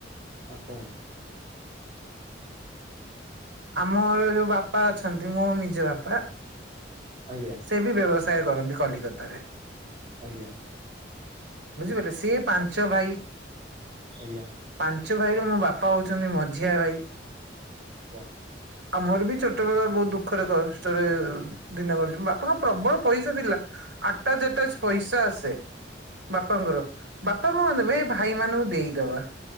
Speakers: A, on the right; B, on the right.
A: ହଁ କଣ?
B: ଆମ ଘରେ ଯଉ ବାପା ଅଛନ୍ତି, ମୋ ନିଜ ବାପା।
A: ଆଜ୍ଞା।
B: ସେ ବି ବ୍ୟବସାୟ କରନ୍ତି କଲିକତାରେ।
A: ଆଜ୍ଞା।
B: ବୁଝିପାରିଲେ ସିଏ ପାଞ୍ଚ ଭାଇ।
A: ଆଜ୍ଞା।
B: ପାଞ୍ଚ ଭାଇର ମୋ ବାପା ହଉଛନ୍ତି ମଝିଆ ଭାଇ।
A: ଆଚ୍ଛା।
B: ଆମର ବି ଛୋଟବେଳ ବହୁତ ଦୁଃଖରେ କଷ୍ଟରେ ଦିନ କଟିଚି, ବାପାଙ୍କ ପ୍ରବଳ ପଇସା ଥିଲା। ଆଟାଜ୍ ଆଟାଜ୍ ପଇସା ଆସେ। ବାପାଙ୍କର, ବାପା ଙ୍କ ନେବେ ଏ ଭାଇ ମାନଙ୍କୁ ଦେଇଦବା।